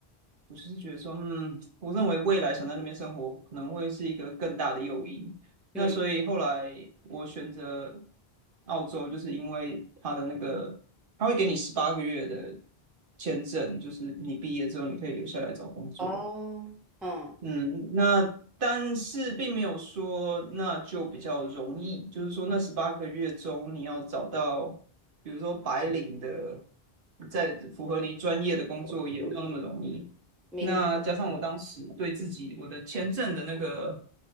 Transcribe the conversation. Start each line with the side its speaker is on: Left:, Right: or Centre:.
Right: 我就是觉得说，嗯，我认为未来想在那边生活可能会是一个更大的诱因。
Centre: 嗯，
Right: 那所以后来我选择澳洲，就是因为它的那个，他会给你十八个月的签证，就是你毕业之后你可以留下来找工作。
Centre: 哦，嗯，
Right: 嗯，那但是并没有说那就比较容易，就是说那十八个月中你要找到，比如说白领的，在符合你专业的工作也没有那么容易。
Centre: 明，
Right: 那加上我当时对自己我的签证的那个